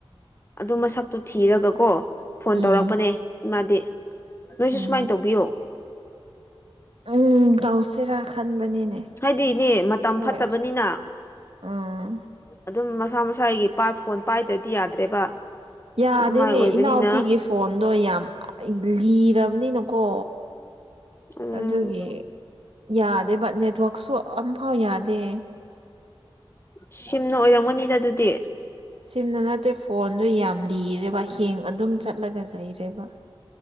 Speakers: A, on the left; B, on the right.
A: ꯑꯗꯨ ꯃꯁꯛꯇꯨ ꯊꯤꯔꯒꯀꯣ ꯐꯣꯟ
B: ꯎꯝ
A: ꯇꯧꯔꯛꯄꯅꯦ ꯏꯃꯥꯗꯤ ꯅꯣꯏꯁꯨ
B: ꯎꯝ
A: ꯁꯨꯃꯥꯏꯟ ꯇꯧꯕꯤꯌꯣ
B: ꯎꯝ ꯇꯧꯁꯤꯔꯥ ꯈꯟꯕꯅꯤꯅꯦ
A: ꯍꯥꯏꯗꯤ ꯗꯤ ꯃꯇꯝ
B: ꯑꯗꯨ
A: ꯐꯠꯇꯕꯅꯤꯅ
B: ꯑꯣꯏꯔꯁꯨ ꯎꯝ
A: ꯑꯗꯨꯝ ꯃꯁꯥ ꯃꯁꯥꯒꯤ ꯄꯥ ꯐꯣꯟ ꯄꯥꯏꯗ꯭ꯔꯗꯤ ꯌꯥꯗ꯭ꯔꯦꯕ
B: ꯌꯥꯗꯦꯅꯦ
A: ꯑꯗꯨꯃꯥꯏ ꯑꯣꯏꯕꯅꯤꯅ
B: ꯏꯅꯥꯎꯄꯤꯒꯤ ꯐꯣꯟꯗꯣ ꯌꯥꯝ ꯂꯤꯔꯕ ꯅꯤꯅꯀꯣ
A: ꯎꯝ
B: ꯑꯗꯨꯒꯤ ꯌꯥꯗꯦꯕ ꯅꯦꯠꯋꯛꯁꯨ ꯑꯝꯐꯥꯎ ꯌꯥꯗꯦ
A: ꯁꯤꯝꯅ ꯑꯣꯏꯔꯝꯒꯅꯤꯅ ꯑꯗꯨꯗꯤ
B: ꯁꯤꯝꯅ ꯅꯠꯇꯦ ꯐꯣꯟꯗꯣ ꯌꯥꯝ ꯂꯤꯔꯦꯕ ꯍꯦꯡ ꯑꯗꯨꯝ ꯆꯠꯂꯒ ꯂꯩꯔꯦꯕ